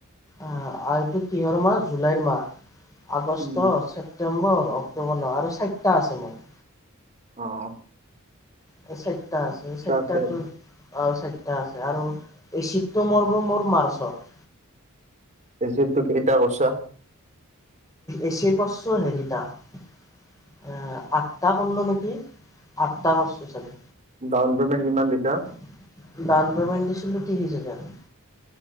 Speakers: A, on the left; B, on the right.
A: আহ এইটো কিহৰ মাহ জুলাইৰ মাহ। আগষ্ট,
B: উম,
A: চেপ <unintelligible> চেপ্টেম্বৰ, অক্টোবৰ ন আৰু চাৰিটা আছে মোৰ। <inaudible>
B: অঁ! <unintelligible>
A: এই চাৰিটা আছে। চাৰিটাটো
B: আছে
A: <unintelligible> আৰু চাৰিটা আছে আৰু এই চিফ্টটো মৰিব মোৰ মাৰ্চত। <unintelligible>
B: এচিৰটো কেইটা কৰিছা? <unintelligible>
A: এচিৰ কৰিছো হেৰিটা <inaudible> এ আঠটা কৰিলোঁ নেকি? আঠটা কৰিছো চাগে।
B: ডাউন পেমেণ্ট কিমান দিছা?
A: <unintelligible> ডাউন পেমেণ্ট দিছিলোঁ ত্ৰিছ হাজাৰ। <inaudible>